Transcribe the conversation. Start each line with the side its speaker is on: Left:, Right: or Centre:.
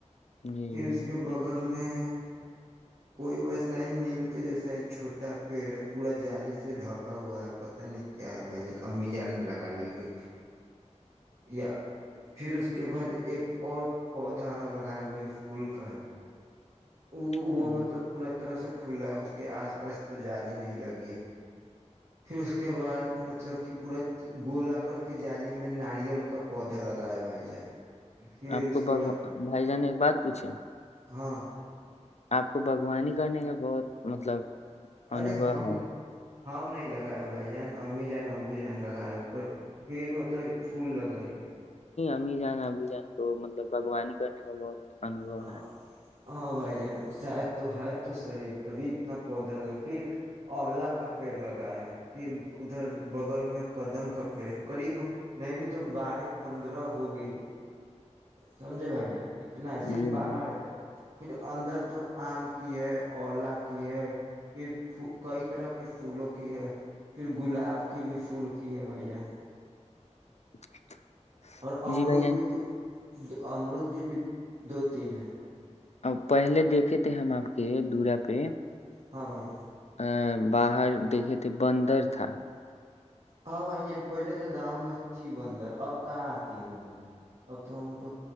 Left: جی
Right: پھر
Left: بھائی
Right: اس کے بغل میں کوئی ویسا ہی نیل کا جیسا ہی چھوٹا پیڑ ہے پورا جالی سے ڈھکا ہوا ہے پت نہیں کیا ہے بھ جان امی جان نے لگائی ہوگی یا پھر اس کے بعد ایک اور پودا لگائے ہوئے پل کا ہے وہ
Left: جان،
Right: وہ مطلب پورا طرح سے کھلا اس کے آس پاس تو جالی نہیں لگی ہے پھر اس کے بعد مطلب کہ پورا گولا کر کے جالی میں ناریل کا پودا لگایا بھائی جان پھر
Left: آپ
Right: اس
Left: کو
Right: کے
Left: بگو
Right: بعد
Left: بھائی جان ایک بات پوچھے
Right: ہاں
Left: آپ کو باغوانی کرنے کا بہت مطلب
Right: ارے
Left: انوبو
Right: ہم
Left: ہے
Right: نے ہم نہیں لگائے بھائی جان امی جان ابو جان لگایا پھر مطلب یہ پھول لگائیے
Left: نہیں جانا اپ بھی جان کو مطلب بگوانی کرنے انوب
Right: ہ
Left: ہے
Right: ہاں بھائی جان شاید تو ہے تو صحیح تبھی اتنا پودا لگا پھر اولا کا پیڑ لگایا ہے پھر ادھر بغل میں کا دم کا پیڑ ہے قریب نہیں بھی تو بارہ پندرہ ہو گے سمجے بھائی جان اتنا ہے صرف
Left: جی
Right: باہر
Left: بھائی
Right: ہے پھر اندر تو آم کی ہے اولا کی ہے پھر کئی طرح کے پھولوں کی ہے پھر گلاب کی بھی پھول کی ہے بھائی جان
Left: <inaudible>
Right: اور امرود
Left: جی بھائی جان
Right: کے بھی امرود کے بھی دو تین ہیں
Left: اب پہلے دیکھے تھے ہم آپ کے دورا پہ
Right: ہاں بھائی
Left: ا باہر دیکھے تھے بندر تھا
Right: ہاں بھائی جان پہلے تو گاؤں میں تھی بندر اب کہاں آتی ہے بندر اب تو ہم کو